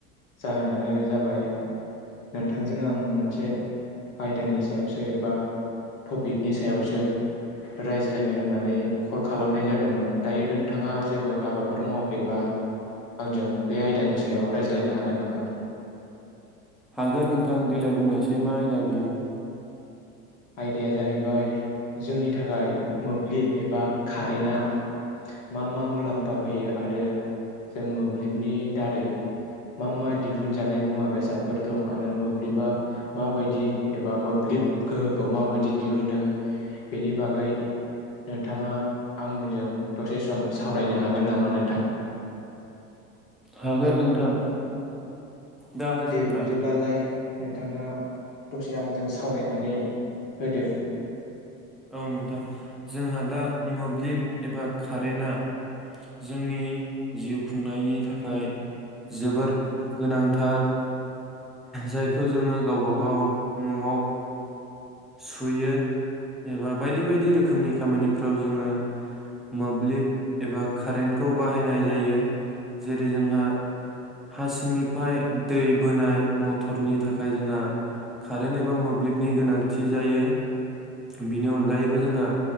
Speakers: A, on the left; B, in the centre.
A: जाहोनानो जाबाय नोंथांजों आं मोनसे आयदानि सायावसो एबा टपिकनि सायावसो रायज्लायनो होननानै खल खालामनाय जादोंमोन दायो नोंथाङा जेबो हाबाफोर मावाखैबा आंजों बे आयदानि सायाव रायज्लायनो हागोन नामा?
B: हागोन नोंथां देलाय बुंनायसै मा आयदा बियो।
A: आयदाया जाहैबाय जोंनि थाखाय मोब्लिब एबा कारेन्टआ मा मा मुलाम्फा होयो आरो जों मोब्लिबनि दारै मा मा दिहुन जानाय मुवा बेसादफोर दं आरो मोब्लिबा माबायदि एबा मोब्लिब गोहोखौ माबायदि दिहुनो बेनि बागै नोंथाङा आंजों दसे सम सावरायनो हागोन नामा नोंथां।
B: हागोन नोंथां। दा जोंहा
A: दे बिब्दिब्लालाय। नोंथाङा दसे आंजों सावरायनानै। होदो
B: औ नोंथां जोंहा दा मोब्लिब एबा कारेन्टआ जोंनि जिउ खुंनायनि थाखाय जोबोर गोनांथार जायखौ जोङो गावबा गाव न'आव सुयो एबा बायदि बायदि रोखोमनि खामानिफ्राव जोङो मोब्लिब एबा कारेन्टखौ बाहायनाय जायो जेरै जोंहा हा सिंनिफ्राय दै बोनाय मटरनि थाखाय जोंहा कारेन्ट एबा मोब्लिबनि गोनांथि जायो। बिनि अनगायैबो जोंहा